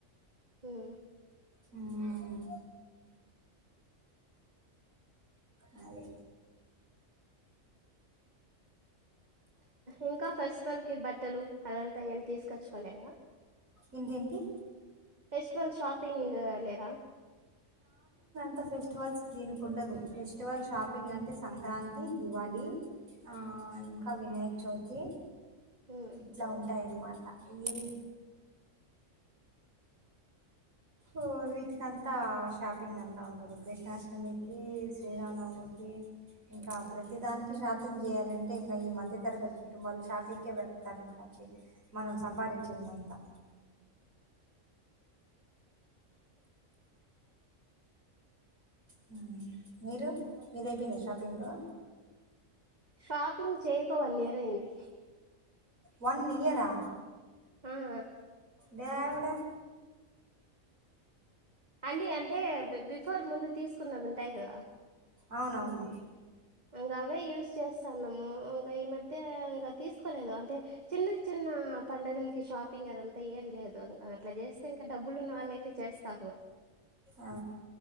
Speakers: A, on the right (about 30°); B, on the right (about 85°).
A: హ్మ్మ్
B: హ్మ్మ్ అది
A: ఇంకా ఫెస్టివల్కి బట్టలు అదంతా ఏం తీసుకొచ్చుకోలేదా
B: ఏంది ఏంది
A: ఫెస్టివల్ షాపింగ్ లేదా
B: త ఫెస్టివల్స్ దీనికి ఉండదు ఫెస్టివల్ షాపింగ్ అంటే సంక్రాంతి దివాళి ఆ ఇంకా వినాయక్ చవితి
A: మ్మ్.
B: ఇట్లా ఉంటాయన్నమాట ఈ అహ్ వీటికంతా షాపింగ్ అంతా ఉండదు కృష్ణాష్టమికి శ్రీరామనవమికి కి ఇంకా ప్రతి దానికి షాపింగ్ చేయాలంటే ఇంకా ఈ మధ్య తరగతి కుటుంబాలు షాపింగ్కే పెడతారు ఇంకా కి మనం సంపాదించిందంతా మహ్ మీరు మీదయిపోయిందా షాపింగు
A: షాపింగ్ చేయక వన్ ఇయర్ అయ్యింది
B: వన్ ఇయరా
A: హమ్
B: దేవడా
A: అన్నీ అంటే బి బిఫోర్ ముందు తీసుకున్నవి ఉంటాయి కదా
B: అవునవును
A: ఇంకా అవే యూజ్ చేస్తాన్నాము ఇంకా ఈ మధ్య ఇంకా తీసుకోలేదు అంటే చిన్న చిన్న ఆ పండగలకి షాపింగ్ అదంతా ఏం లేదు అట్లా చేస్తే ఇంకా డబ్బులు ఉన్న వాళ్ అయితే చేస్తారు
B: ఆ